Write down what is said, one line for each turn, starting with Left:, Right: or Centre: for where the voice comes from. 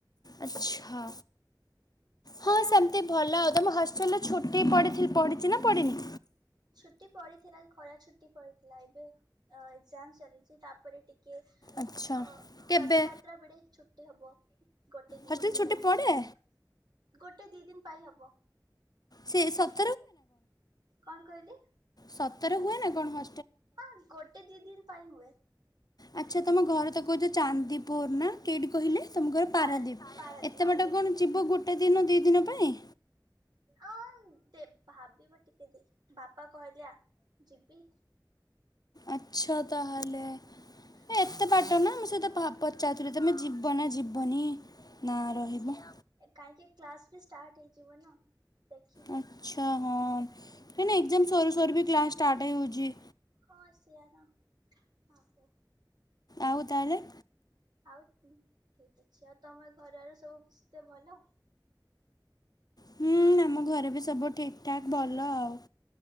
Left: ଆଚ୍ଛା। ହଁ ସେମିତି ଭଲ ଆଉ ତମ ହଷ୍ଟେଲ ଛୁଟି ପଡିଚି ନା ପଡିନି।
Right: ଛୁଟି ପଡିଥିଲା ଖରା ଛୁଟି ପଡିଥିଲା ଏବେ ଏକ୍ଜାମ ଚାଲିଛି ତାପରେ ଟି କି ଅ
Left: ଆଚ୍ଛା କେବେ
Right: ରଥଯାତ୍ରା ବେଡେ ଛୁଟି ହବ। ଗୋଟେ ଦିନ
Left: ହଷ୍ଟେଲ
Right: ଦି
Left: ଛୁଟି
Right: ପାଇଁ
Left: ପଡ଼େ
Right: ଗୋଟେ ଦି ଦିନ ପାଇଁ ହବ।
Left: ସେ ସତ
Right: କଣ କହିଲେ?
Left: ସତରେ ହୁଏ ନା କଣ ହ
Right: ହଁ ଗୋଟେ ଦି ଦିନ ପାଇଁ ହୁଏ।
Left: ଆଚ୍ଛା ତମ ଘର ତ କହୁଛ ଚାନ୍ଦିପୁର ନା କେହିଠି କହିଲେ। ତମ ଘର
Right: ପାରା
Left: ପାରାଦୀପ
Right: ପାରାଦୀପ
Left: ଏତେ ବାଟ କଣ ଯିବ ଗୋଟେ ଦିନ ଦି ଦିନ ପାଇଁ?
Right: ଆ। ଆ ଦେ ଭାବିବ ଟିକେ ଦେଇ ବାପା କହିଲେ ଆ ଯିବି।
Left: ଆଚ୍ଛା ତାହଲେ।
Right: ହ <inaudible>
Left: ଏତେ ବାଟ ନା ମୁଁ ସେଇଥ ପଚାରୁଥିଲି ତମେ ଜୀବ ନା ଜିବନି ନା ରହିବ।
Right: କାହିଁକି କ୍ଲାସ ବି ଷ୍ଟାର୍ଟ ହେଇଯିବ ନା। ଦେଖିବି
Left: ଆଛା ହଁ ନାଇଁ ନାଇଁ ଏଗେଯାମ୍ ସରୁ ସରୁ ବି କ୍ଲାସ ଷ୍ଟାର୍ଟ ହେଉଚି।
Right: ହଁ ସେଆତ ଆହୋ।
Left: ଆଉ ତାହେଲେ।
Right: ଆଉ ଠିକ୍ ଅଛି ଆଉ ତମ ଘରର ସବୁ କିଛି ତ ଭଲ।
Left: ହୁଁ ଆମ ଘରେ ବି ସବୁ ଠିକ୍ ଠାକ୍ ଭଲ ଆଉ।